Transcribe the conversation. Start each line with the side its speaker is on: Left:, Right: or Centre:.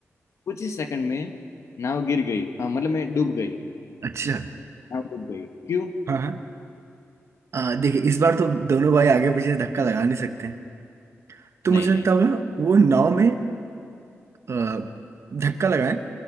Left: कुछ ही सेकंड में नाव गिर गई हाँ मतलब मैं डूब गई
Right: अच्छा
Left: नाव डूब गई क्यों
Right: हाँ हाँ आ, देखिए इस बार तो दोनों भाई आगे पीछे से धक्का लगा नहीं सकते हैं तो
Left: नहीं
Right: मुझे लगता
Left: नहीं
Right: होगा वो नाव में आ, धक्का लगाए